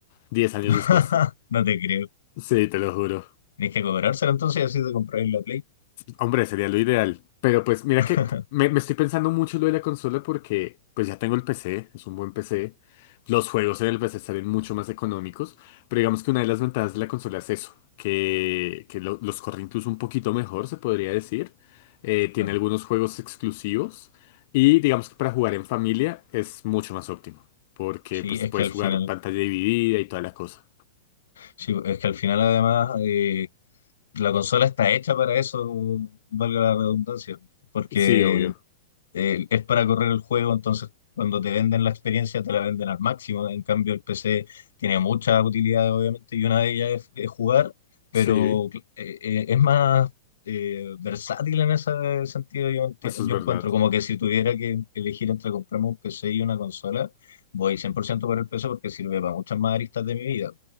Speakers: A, on the left; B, on the left.
A: Diez años
B: <laughs>
A: después.
B: No te creo.
A: Sí, te lo juro.
B: Tenéis que cobrárselo entonces y así te compráis la Play.
A: Hombre, sería lo ideal. Pero pues mira
B: <laughs>
A: que me, me estoy pensando mucho lo de la consola porque pues ya tengo el PC, es un buen PC. Los juegos en el PC salen mucho más económicos, pero digamos que una de las ventajas de la consola es eso, que, que lo- los corre incluso un poquito mejor, se podría decir. Eh, tiene
B: Claro.
A: algunos juegos exclusivos y digamos que para jugar en familia es mucho más óptimo, porque
B: Sí,
A: pues
B: es
A: puedes
B: que al
A: jugar
B: final,
A: pantalla dividida y toda la cosa.
B: sí, es que al final además eh, la consola está hecha para eso, valga la redundancia, porque
A: Sí, obvio.
B: eh, es para correr el juego, entonces cuando te venden la experiencia te la venden al máximo. En cambio, el PC tiene muchas utilidades, obviamente, y una de ellas es, es jugar, pero
A: Sí,
B: cl- eh, eh, es más eh, versátil en ese sentido, yo, enti-
A: eso es
B: yo
A: verdad.
B: encuentro. Como que si tuviera que elegir entre comprarme un PC y una consola, voy 100% por ciento por el PC porque sirve para muchas más aristas de mi vida.